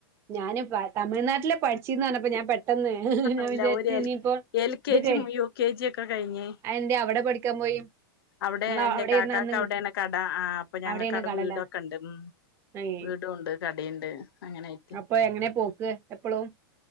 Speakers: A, on the right; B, on the left.
A: ഞാന് പ തമിഴ്‌നാട്ടില് പഠിച്ചീര്ന്ന്റഞ്ഞപ്പോ ഞാൻ പെ പെട്ടെന്നേ ഞാൻ
B: അല്ല
A: വിചാരിച്ച്
B: ഒരു എൽ
A: ഇനിയിപ്പോ
B: എൽ കെ
A: ഇത്
B: ജിയും
A: കേ
B: യു കെ ജി ഒക്കെ കഴിഞ്ഞ്
A: അതെന്തേ അവടെ പഠി ക്കാൻ പോയി
B: അവടേ
A: നിങ്ങള്
B: അല്ലേ
A: അവിടെയിരുന്ന
B: കാക്കാക്ക്
A: അന്ന്
B: അവടേണ് കട ആ അപ്പൊ ഞങ്ങക്കവടെ
A: അവിടെയാണ് കടലാ
B: വീടൊക്കെണ്ട് ഉം
A: ഏഹ്
B: വീടൂണ്ട് കടീണ്ട് അങ്ങനെയി
A: പ്പൊ എങ്ങനെ പോക്ക് എപ്പളും